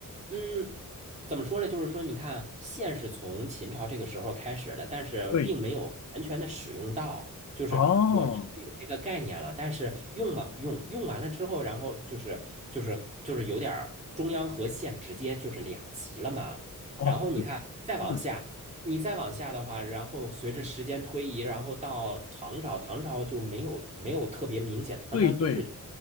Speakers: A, on the right; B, on the left.
A: 嗯，怎么说呢？就是说，你看，线是从秦朝这个时候开始的，但是并没有完全的使用到。
B: 对，
A: 就是我知道有这个概念了，
B: 哦
A: 但是用吧，用用完了之后，然后就是就是就是有点儿中央和县直接就是两级了嘛。
B: 哦，
A: 然后你看，
B: 就
A: 再往下。
B: 嗯，
A: 你再往下的话，然后随着时间推移，然后到唐朝，唐朝就没有没有特别明显，唐朝都是，
B: 对对。